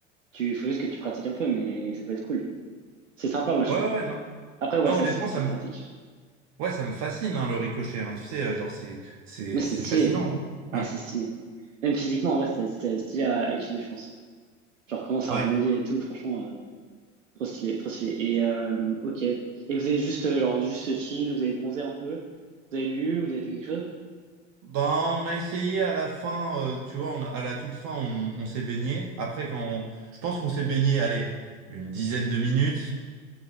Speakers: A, on the right; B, on the right.
A: tu, faut juste que tu pratiques un peu, mais ça peut être cool. C'est sympa, moi, je
B: Ouais,
A: trouve.
B: ouais, ouais, non.
A: Après, ouais,
B: Non,
A: ça,
B: honnêtement,
A: se-
B: ça
A: ça
B: me
A: se pratique.
B: Ouais, ça me fascine, hein, le ricochet. hein. Tu sais, euh, genre, c'est, c'est,
A: Mais c'est
B: c'est
A: stylé.
B: fascinant.
A: Ah,
B: hein.
A: c'est
B: Ouais.
A: stylé. Même physiquement, en vrai, c'est c'est stylé à, à étudier, je pense. Genre, comment ça
B: Ouais.
A: rebondit et tout, franchement, euh, trop stylé, trop stylé. Et, euh, ok. Et vous avez juste, euh, genre, juste chill, vous avez bronzé un peu, vous avez lu, vous avez fait quelque chose?
B: Ben, on a essayé à la fin, euh, tu vois, on a- à la toute fin, on, on s'est baigné. Après, quand on- je pense qu'on s'est baigné, allez, une dizaine de minutes.